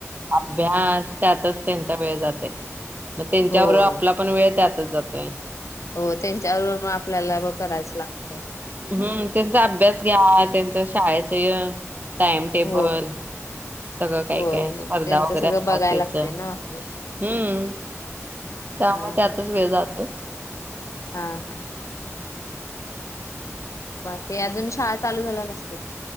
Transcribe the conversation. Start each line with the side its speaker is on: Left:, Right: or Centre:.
Right: अभ्यास त्यातच त्यांचा वेळ जाते. मग त्यांच्यावर
Left: होय
Right: आपला पण वेळ त्यात जात आहे.
Left: हो त्यांच्यावर आपल्याला करायच लागतय.
Right: हम्म त्यांचा अभ्यास घ्या त्यांच शाळेच टाइम टेबल
Left: हो
Right: सगळं काय
Left: होय
Right: काय स्पर्धा
Left: हो त्यांच
Right: वगैरे
Left: सगळं
Right: असतात
Left: बघायला
Right: त्याच
Left: लागतय
Right: ह्
Left: ना आपलं
Right: हम्म. त्यामुळे
Left: हा
Right: त्यातच
Left: हा
Right: वेळ जातो.
Left: हा हा. बाकी अजून शाळा चालू झाल्या नसतील.